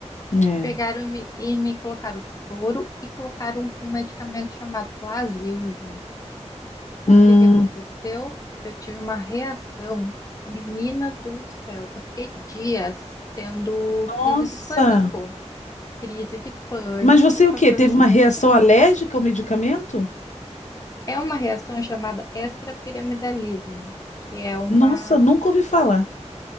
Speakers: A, on the left (about 85°); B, on the left (about 30°).
A: É.
B: Pegaram e me, e me colocaram soro e colocaram um medicamento chamado Plasil junto. O
A: Hum,
B: que que aconteceu? Eu tive uma reação, menina do céu. Eu fiquei dias tendo
A: nossa.
B: crise de pânico, crise de pânico,
A: Mas você o
B: passando
A: quê? Teve uma
B: muito
A: reação
B: mal.
A: alérgica ao medicamento?
B: É uma reação chamada extrapiramidalismo, que é uma
A: Nossa, nunca ouvi falar.